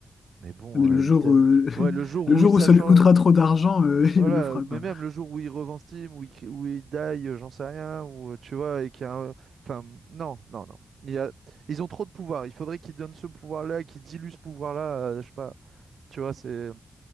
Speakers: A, on the right; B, on the left.
A: Mais bon,
B: Mais
A: euh,
B: le
A: il
B: jour,
A: était.
B: euh, <laughs>
A: ouais, le jour
B: le
A: où
B: jour
A: il s'acharne,
B: où ça lui coûtera trop d'argent, euh,
A: voilà,
B: <laughs> il le fera,
A: mais
B: quoi.
A: même le jour où il revend Steam, où il, où il die, euh, j'en sais rien, ou euh, tu vois, et qu'il y a un- enfin, non, non, non. Il y a- ils ont trop de pouvoir. Il faudrait qu'ils donnent ce pouvoir-là, qu'ils diluent ce pouvoir-là. euh, je sais pas. Tu vois, c'est.